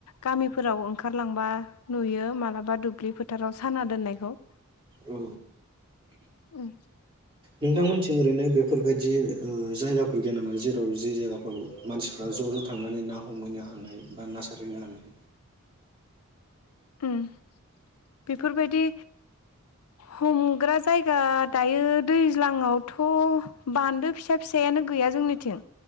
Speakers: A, on the left; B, on the right.
A: गामिफोराव ओंखारलांबा नुयो मालाबा दुब्लि फोथाराव साना दोननायखौ।
B: औ
A: उम।
B: नोंथांमोनिथिं ओरैनो बेफोरबायदि ओ जायगाफोर गैया नामोन जेराव जे जायगाफ्राव मानसिफ्रा ज' ज' थांनानै ना हमहैनो हानाय बा ना सारहैनो हानाय?
A: उम बेफोरबायदि हमग्रा जायगा दायो दैज्लाङावथ' बान्दो फिसा फिसायानो गैया जोंनिथिं।